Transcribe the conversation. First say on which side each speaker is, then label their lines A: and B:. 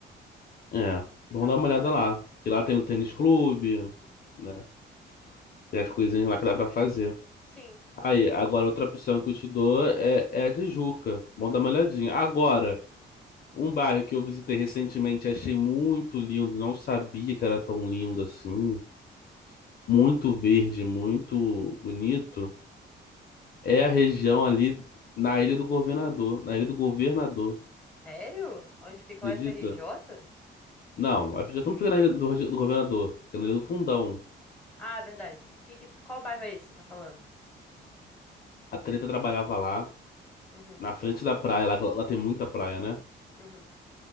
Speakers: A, on the left (about 50°); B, in the centre.
A: É,
B: Legal
A: vamos dar
B: aquela
A: uma olhada
B: área.
A: lá. Que lá tem um tênis clube,
B: Uhum.
A: né? Tem as coisinhas lá que dá pra fazer.
B: Sim.
A: Aí, agora outra opção que eu te dou é, é a Tijuca. Vamos
B: Uhum.
A: dar uma olhadinha. Agora, um bairro que eu visitei recentemente, e achei muito lindo, não sabia que era tão lindo assim. Muito verde, muito bonito. É a região
B: Uhum.
A: ali na Ilha do Governador. Na Ilha do Governador,
B: Sério? Onde fica
A: acredita?
B: o FRJ?
A: Não, já estamos ficando na Ilha do, do Governador, ficando na Ilha do Fundão.
B: Ah, verdade. Que, que, qual bairro é esse que você tá falando?
A: A Treta trabalhava lá.
B: Uhum,
A: Na frente da praia, lá, lá tem muita praia, né?
B: uhum,